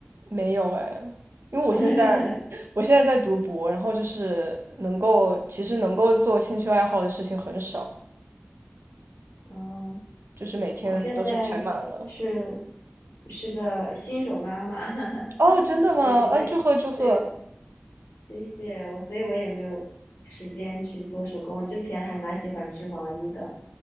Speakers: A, on the right (about 80°); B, on the left (about 75°).
A: 没有哎，因为我现在
B: <laughs>
A: 我现在在读博，然后就是能够其实能够做兴趣爱好的事情很少，
B: 哦，
A: 就是每天都是排满了。
B: 我现在是是个新手妈妈，<laughs>
A: 哦，真的吗？
B: 所以我也对我
A: 嗯，祝贺祝贺。
B: 谢谢我，所以我也没有时间去做手工。我之前还蛮喜欢织毛衣的，